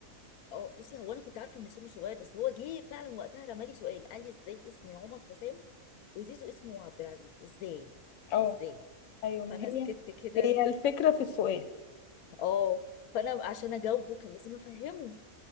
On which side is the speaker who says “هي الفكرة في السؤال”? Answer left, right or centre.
Left